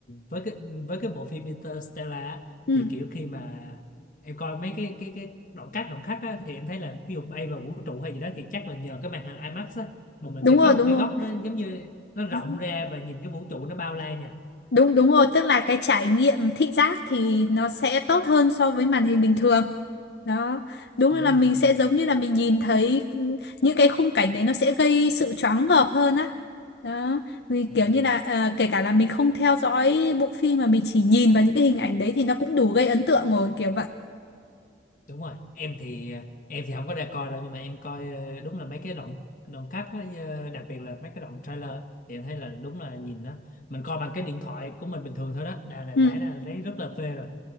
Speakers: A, on the left; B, on the left.
A: với cái với cái bộ phim Interstellar á,
B: ừ
A: thì kiểu khi mà em coi mấy cái cái cái đoạn cắt đoạn cắt á, thì em thấy là ví dụ bay vào vũ trụ hay gì đó thì chắc là nhờ cái màn hình IMAX á mà mình
B: đúng
A: sẽ
B: rồi
A: có
B: đúng
A: một cái góc nó giống như nó rộng
B: rồi
A: ra và nhìn cái vũ trụ nó bao la nha
B: Đúng đúng rồi, tức là cái trải nghiệm thị giác thì nó sẽ tốt hơn so với màn hình bình thường. Đó, đúng
A: Ừm.
B: là mình sẽ giống như là mình nhìn thấy ừ, những cái khung cảnh đấy nó sẽ gây sự choáng ngợp hơn á. Đó, thì
A: à.
B: kiểu như là à, kể cả là mình không theo dõi bộ phim mà mình chỉ nhìn vào những cái hình ảnh đấy thì nó cũng đủ gây ấn tượng rồi, kiểu vậy.
A: đúng rồi em thì em thì không có ra coi đâu nhưng mà em coi ờ, đúng là mấy cái đoạn đoạn cắt á, ờ, đặc biệt là mấy cái đoạn trailer á, thì em thấy là đúng là nhìn nó mình coi bằng cái điện thoại của mình bình thường thôi đó đã là
B: Ừ,
A: đã là thấy rất là phê rồi